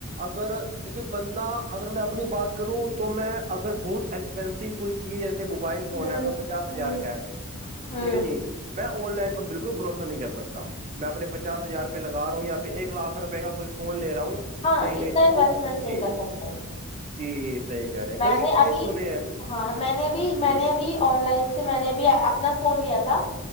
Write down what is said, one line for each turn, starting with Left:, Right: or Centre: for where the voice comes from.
Right: اگر دیکھیے بندہ اگر میں اپنی بات کروں تو میں اگر بہت ایکس ین کوئی چیز ایے موبائل فون
Left: ہوں
Right: ہےا پچاس ہزار
Left: ہوں
Right: کا ہے
Left: ہوں
Right: ٹھیک ہے جی میں آن لائن بالکل بھرسا نہیں کر سک میں اپنے پچاس ہزار لگ رہ ہ ہو یا پھر ایک لاکھ روپئے کا کوئی فون لےا ہوں
Left: ہاں
Right: نہیں نہیں
Left: اتنا
Right: تو
Left: انویسٹمنٹ نہیں
Right: جی
Left: کر سکتے
Right: جی صحیح کہہ رہے
Left: میں
Right: کئی
Left: نے
Right: کیس
Left: ابھی
Right: سنے ہیں
Left: ہاں میں نے ابھی
Right: جی
Left: میں نے ابھی آن لائن سے میں نے ابھی اپنا فون لیا تھا